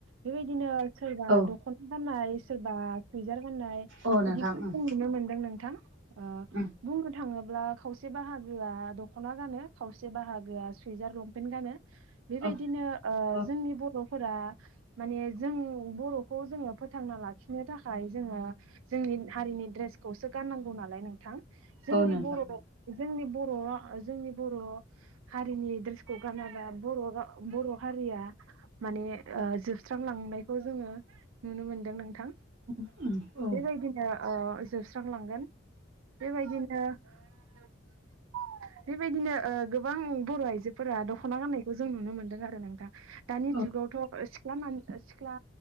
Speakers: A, on the right; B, on the right.
A: बेबायदिनो सोरबा
B: औ
A: दख'ना गाननाय सोरबा सुयजार गाननाय
B: औ नोंथां
A: बिदिखौ
B: उम
A: जों नुनो मोन्दों नोंथां ओ
B: उम
A: बुंनो थाङो ब्ला खावसे बाहागोआ दख'ना गानो खावसे बाहागोआ सुइजार लंपेन्ट गानो। बेबायदिनो
B: औ
A: ओ
B: औ
A: जोंनि बर'फ फोरा माने जों बर'खौ जोङो फोथांना लाखिनो थाखाय जोङो जोंनि दिन हारिनि द्रेसखौसो गाननांगौ नालाय नोंथां जोंनि
B: औ नोंथां
A: बर' जोंनि बर' रा ओ जोंनि बर' हारिनि ड्रेसखौ गानाबा बर' रा बर' हारिया माने ओ जोबस्रांलांनायखौ जोङो नुनो मोनदों नोंथां। <inaudible> बेबायदिनो
B: उम औ
A: ओ जोबस्रांलांगोन बेबायदिनो <inaudible> बेबायदिनो ओ गोबां बर' आइजोफोरा दख'ना गाननायखौ जों नुनो मोनदों आरो नोंथां। दानि
B: औ
A: जुगावथ' ओ सिख्ला मान ओ सिख्ला